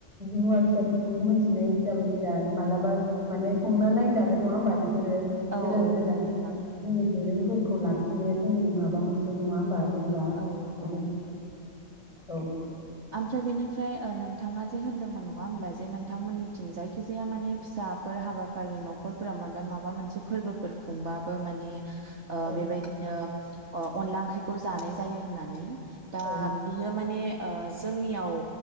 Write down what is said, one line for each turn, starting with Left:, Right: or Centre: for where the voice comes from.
Centre: मुवा बेसादफोरखौ मिथिनाय जाबाय जेरा मालाबा माने संना नायजागोन नङा होमबा
Right: औ
Centre: गोदान
Right: औ
Centre: गोदान
Right: नंगौ नोंथां
Centre: जोंनि दफोरखौ खौ लाखिनाया जोंनि माबा माबा मोनसे नङा होनबा जेनेबा
Right: औ
Centre: बेफोर
Right: औ
Centre: औ
Right: ओमफ्राय बेनिफ्राय न बिथाङा जे होनदोंमोन नङा होमब्ला जेन बिथांमोननिथिं जायखिजाया माने फिसाफोर हाबाफारि न'खरफोराव माबा माबा मोनसे फोरबोफोर खुंबाबो माने
Centre: औ
Right: बेबायदिनो अनला ओंख्रिखौ जानाय जायो होननानै दा
Centre: औ
Right: बियो माने जोंनियाव